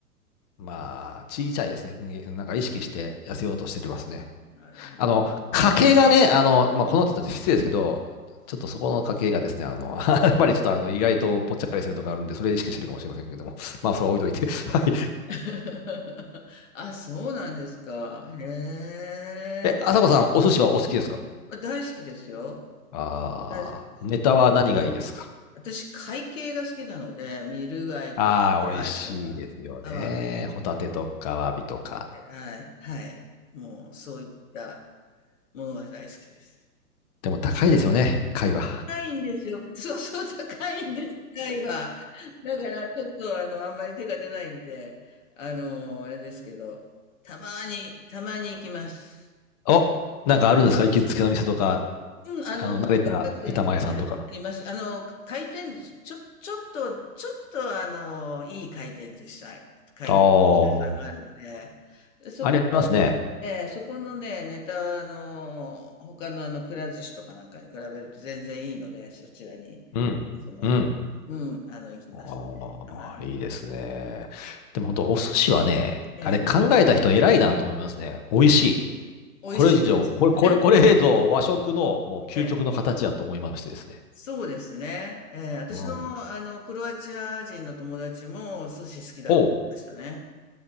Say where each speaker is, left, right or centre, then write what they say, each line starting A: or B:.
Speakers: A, on the left (about 25°); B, on the left (about 50°).
A: まあ、小さいですね。うんなんか意識して痩せようとしてますね。
B: う。なるほど。
A: あの、家計がね、あの、まあ、このって言ったら失礼ですけど、ちょっとそこの家計がですね、あの、<laughs> やっぱりちょっとあの、意外とぽっちゃかりしてるとこあるんで、それ意識してるかもしれませんけども。まあ、それは置いといて。<laughs> はい。
B: <laughs> あ、そうなんですか。へえ。
A: え、あさこさん、お寿司はお好きですか
B: あ、大好きですよ。
A: ああー、
B: 大好きです。
A: ネタは何がいいですか
B: 私、海系が好きなので、ミル貝とか、
A: ああー、
B: タ貝とか、
A: 美味しいですよね。
B: アワビ。
A: ホタテとか、アワビとか。
B: はい、はい。もう、そういったものが大好きです。
A: でも高いですよね、貝は。
B: 高いんですよ。<laughs> そうそう、高いんです、高いは。だから、ちょっと、あの、あんまり手が出ないんで、あの、あれですけど、たまに、たまに行きます。
A: <laughs> お、なんかあるんですか行きつけの店とか、
B: うん、あの、
A: あの、慣れた板前さんとか。
B: 近くにあるあります。あの、回転寿司、ちょ、ちょっと、ちょっと、あの、いい回転寿司さん、回転寿司屋さんがあるの
A: ああ、
B: で、そこのね、
A: ありますね。
B: えーそこのね、ネタは、あの、他のあの、くら寿司とかなんかに比べると全然いいので、そちらに、
A: うん。
B: いつも、
A: うん。
B: うん、あの、行きますね。
A: ああ、
B: たまに。
A: いいですね。でも本当、お寿司はね、
B: ええ、
A: あれ考えた人偉いなと思いますね。美味しい。
B: 美味しいですよね。
A: これ以上、これ、これ、これぞ和食のもう究極の形やと思いましてですね。
B: ええそうですね。ええ、私の、
A: うん。
B: あの、クロアチア人の友達も、寿司好きだって言ってましたね。
A: ほう。